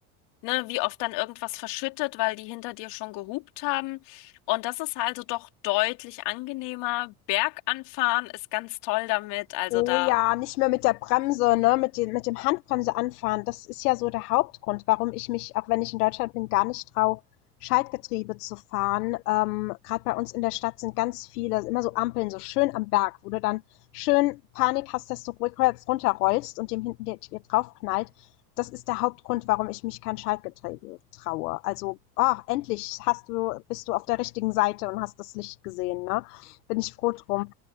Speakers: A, on the left; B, on the left.
A: ne, wie oft dann irgendwas verschüttet, weil die hinter dir schon gehupt haben. Und das ist also doch deutlich angenehmer. Berganfahren ist ganz toll damit. Also
B: Oh
A: da.
B: ja, nicht mehr mit der Bremse, ne, mit dem mit dem Handbremse anfahren. Das ist ja so der Hauptgrund, warum ich mich, auch wenn ich in Deutschland bin, gar nicht traue, Schaltgetriebe zu fahren. Ähm, gerade bei uns in der Stadt sind ganz viele, immer so Ampeln, so schön am Berg, wo du dann schön Panik hast, dass du rückwärts runterrollst und dem hinten dir, dir draufknallt. Das ist der Hauptgrund, warum ich mich kein Schaltgetriebe traue. Also, ah, endlich hast du, bist du auf der richtigen Seite und hast das Licht gesehen, ne? Bin ich froh drum.